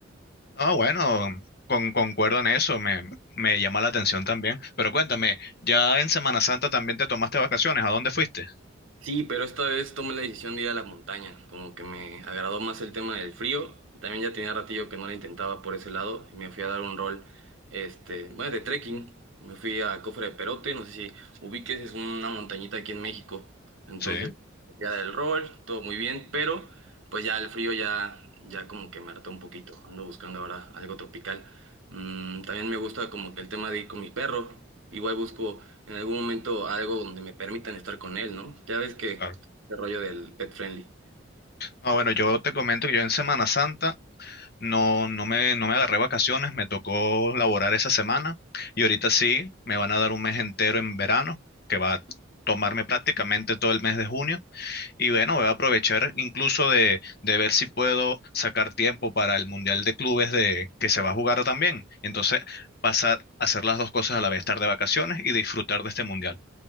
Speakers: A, on the left; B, on the right.
A: No, bueno, con- concuerdo en eso, me, me llama la atención también. Pero cuéntame, ¿ya en Semana Santa también te tomaste vacaciones? ¿A dónde fuiste?
B: Sí, pero esta vez tomé la decisión de ir a la montaña, como que me agradó más el tema del frío, también ya tenía ratillo que no la intentaba por ese lado y me fui a dar un rol, este, bueno, de trekking, me fui a Cofre de Perote, no sé si ubiques, es una montañita aquí en México, entonces
A: Sí,
B: ya del rol, todo muy bien, pero pues ya el frío ya, ya como que me hartó un poquito, ando buscando ahora algo tropical. Mm, también me gusta como que el tema de ir con mi perro, igual busco en algún momento algo donde me permitan estar con él, ¿no? Ya ves que
A: claro.
B: este rollo del pet friendly.
A: No, bueno, yo te comento que yo en Semana Santa No, no me, no me agarré vacaciones, me tocó laborar esa semana y ahorita sí, me van a dar un mes entero en verano, que va a tomarme prácticamente todo el mes de junio y bueno, voy a aprovechar incluso de, de ver si puedo sacar tiempo para el Mundial de Clubes de, que se va a jugar también. Entonces, pasar a hacer las dos cosas a la vez, estar de vacaciones y disfrutar de este Mundial.